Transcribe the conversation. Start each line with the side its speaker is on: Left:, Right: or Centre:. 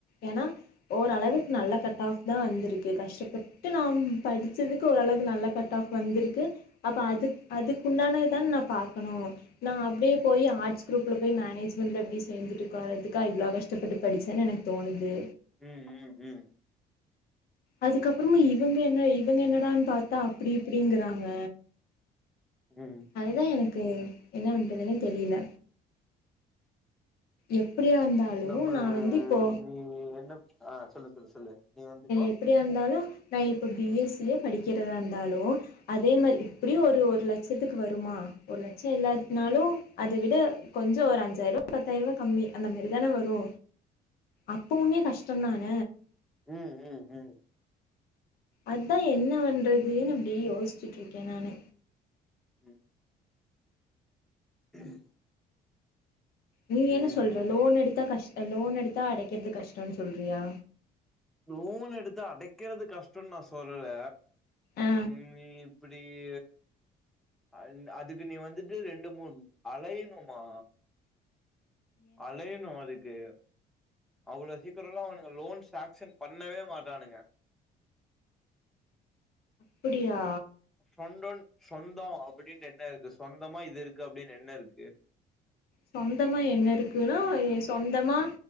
Left: ஏனா ஓரளவுக்கு நல்ல கட் ஆஃப் தா வந்திருக்கு கஷ்டப்பட்டு நாம் படிச்சது ஓரளவுக்கு நல்லா கட் ஆஃப் வந்துருக்கு அப்ப அதுக் அதுக்கு உண்டானது தான நா பாக்கணோ நா அப்டியே போய் ஆர்ட்ஸ் குரூப்புல போயி மேனேஜ்மெண்ட்ல எப்டி சேர்ந்துட்டு உக்காரதுக்கா இவ்ளோ கஷ்டப்பட்டு படிச்சேனு எனக் தோணுது
Centre: ம் ம் ம்
Left: அதுக்கப்புறமு இவங்க என்ன இவங்க என்னடானு பாத்தா அப்டி இப்டிங்கிறாங்க
Centre: ம்
Left: அதுதா எனக்கு என்ன பண்ணவன்றதுனு தெரியல எப்டியா இருந்தாலு
Centre: நம்ம
Left: நா வந்து இப்போ
Centre: நீ என்ன ஆ சொல்லு சொல்லு சொல்லு நீ வந்து இப்போ
Left: எப்படியா இருந்தாலூ நா இப்ப பி எஸ் சியே படிக்கிறதா இருந்தாலும் அதே மாரி
Centre: ம்
Left: எப்டி ஒரு ஒரு லட்சத்துக்கு வருமா ஒரு லட்ச இல்லாத்துனாலு
Centre: ம்
Left: அத விட கொஞ்சோ ஒரு அஞ்சாயருவா பத்தாயருவா கம்மி அந்த மாரி தான வரு அப்பவுமே கஷ்டந்தான
Centre: ம் ம் ம்
Left: அதா என்ன வண்றதுனு யோசிச்சுட்ருக்கே நானு
Centre: ம் உம்
Left: நீ என்ன
Centre: ம்
Left: சொல்ற லோன் எடுத்தா கஷ்ட லோன் எடுத்தா அடைக்கறது கஷ்டோனு சொல்றியா
Centre: லோன் எடுத்தா அடைக்கறது கஷ்டன் நா சொல்லல
Left: ஆ
Centre: ம் இப்பிடிய அல் அதுக்கு நீ வந்துட்டு ரெண்டு மூண் அலயணுமா அலையணு அதுக்கு அவ்ளோ சீக்கரல்லா அவனுங்க லோன் சாக்ஷன் பண்ணவே மாட்டானுங்க
Left: ப்படியா
Centre: சொண்டோன் சொந்தோ அப்புடின்டு என்ன இருக்கு சொந்தமா இது இருக்கு அப்டினு என்ன இருக்கு
Left: சொந்தமா என்ன இருக்குன்னா இ சொந்தமா